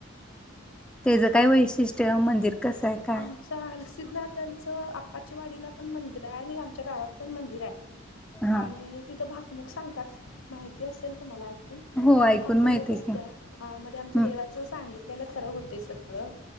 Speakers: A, in the centre; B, on the left (about 85°).
A: त्याचं काय वैशिष्ट्य मंदिर... कसं आहे काय?
B: आमचा.. हलसिद्धनाथांच आप्पाच्या वाडीला पण मंदिर आहे आणि आमच्या गावात पण मंदिर आहे...
A: हां
B: आणि तिथं भाकणूक सांगतात माहिती असेल तुम्हाला...
A: हो ऐकून
B: भाकणूक
A: माहित आहे
B: असत्या
A: की.
B: म्हणजे आमच्या
A: हं
B: देवाचं सांगितलेलं खरं होतं सगळं...